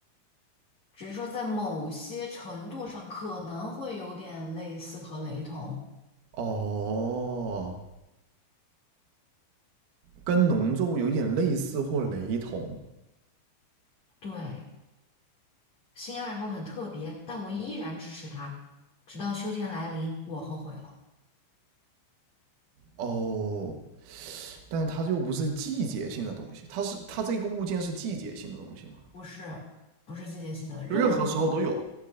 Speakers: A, on the left (about 40°); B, on the right (about 90°).
A: 只是说在某些程度上可能会有点类似和雷同。
B: 哦，跟农作物有点类似或雷同
A: 对，新爱好很特别，但我依然支持他。直到秋天来临，我后悔了。
B: 哦。但是它又不是季节性的东西，它是它这个物件是季节性的东西嘛，
A: 不是，不是季节性的，任何
B: 就任何时候都有。